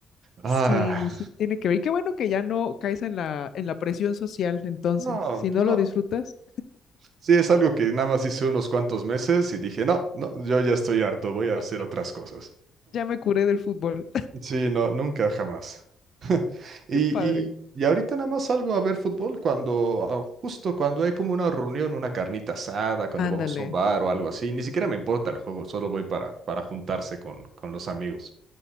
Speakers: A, on the right (about 55°); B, on the left (about 65°).
A: Ah,
B: Sí, sí, tiene que ver. Y qué bueno que ya no caes en la, en la presión social, entonces.
A: no,
B: Si no
A: no.
B: lo disfrutas,
A: Sí, es algo que nada más hice unos cuantos meses y dije, no, no, yo ya estoy harto, voy
B: para
A: a hacer
B: mí,
A: otras cosas.
B: ya me curé del fútbol.
A: Sí, no, nunca, jamás.
B: <laughs>
A: Y,
B: Qué padre.
A: y, y ahorita nada más salgo a ver fútbol cuando, ah, justo cuando hay como una reunión, una carnita asada, cuando
B: Ándale.
A: vamos a un bar o algo así. Ni siquiera me importa el juego, solo voy para, para juntarse con, con los amigos.